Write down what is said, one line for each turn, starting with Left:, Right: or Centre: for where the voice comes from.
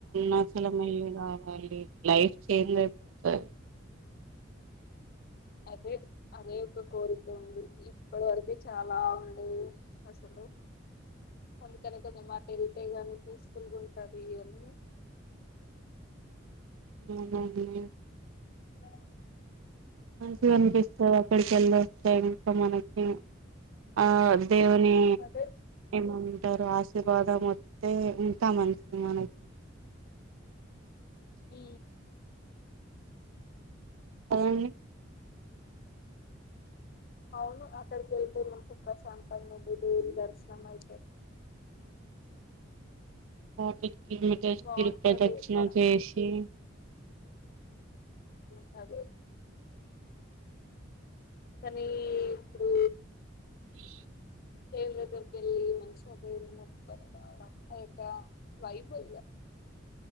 Right: మళ్ లైఫ్ చేంజ్ అయిపోతుంది
Left: అదే అదే ఒ ఒక కోరికంది ఇప్పుడు వరకె చాలా ఉంది అసలు అ కనీ కొనీ మాట రతే గనీ తీ <unintelligible>
Right: ఉ
Left: ఆ
Right: మంచిగ అనిపిస్త ఇక్కడిక వెళ్ళ వస్తా ఇంకా మనకి ఆ దేవుని
Left: అదే
Right: మమ అంటారు ఆశీర్వాదం వస్తే ఇంకా మంచిది మనకి
Left: హ
Right: అవును
Left: అవును అక్కడికి వెళ్ళి మ సాప నుది దర్శన మ
Right: పోటి కిమటర్కిరు
Left: బాగుంటది
Right: ప్రదక్షిణ
Left: అక్కడ
Right: చేసి
Left: సబ కానీ ఇప్పుడు
Right: ఈ
Left: దేవ్ర దకళ్లి మనసా దేవుని ముకు పరి నా అత వైభయ్య